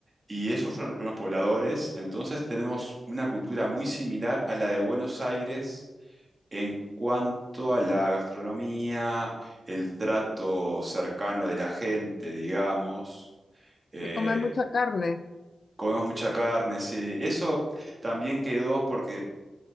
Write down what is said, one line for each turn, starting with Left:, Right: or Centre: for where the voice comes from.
Right: Y esos fueron los primeros pobladores, entonces tenemos una cultura muy similar a la de Buenos Aires en cuanto a la gastronomía, el trato cercano de la gente, digamos, eh,
Left: Se come mucha carne.
Right: comemos mucha carne, sí. Eso también quedó porque